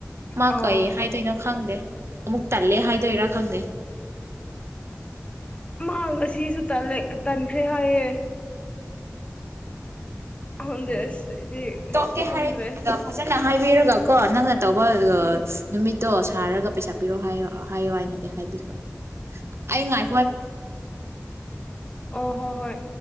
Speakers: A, on the right; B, on the left.
A: ꯃꯥ
B: ꯑꯣ
A: ꯀꯩ ꯍꯥꯏꯗꯣꯏꯅꯣ ꯈꯪꯗꯦ꯫ ꯑꯃꯨꯛ ꯇꯜꯂꯦ ꯍꯥꯏꯗꯣꯏꯔꯥ ꯈꯪꯗꯦ꯫
B: ꯃꯥꯡ ꯉꯁꯤꯁꯨ ꯇꯟꯈ꯭ꯔꯦ ꯍꯥꯏꯌꯦ ꯍꯗꯦ ꯑꯁ ꯏꯗꯤ
A: ꯇꯣꯛꯀꯦ
B: ꯈꯪꯗ꯭ꯔꯦ꯫
A: ꯍꯥꯏꯔꯗꯤ ꯐꯖꯅ ꯍꯥꯏꯕꯤꯔꯒ ꯀꯣ ꯅꯪꯅ꯫ ꯇꯧꯕ
B: ꯎꯝ
A: ꯅꯨꯃꯤꯠ꯫ ꯇꯣ ꯁꯥꯔꯒ ꯄꯩꯁꯥ ꯄꯤꯔꯣ ꯍꯥꯏ ꯍꯥꯏꯌꯣ ꯍꯥꯏꯅꯗꯤ ꯍꯥꯏꯕꯤꯈ꯭ꯔꯕꯅꯦ ꯑꯩ ꯉꯥꯏ꯫
B: ꯑꯣ ꯍꯣ ꯍꯣꯏ꯫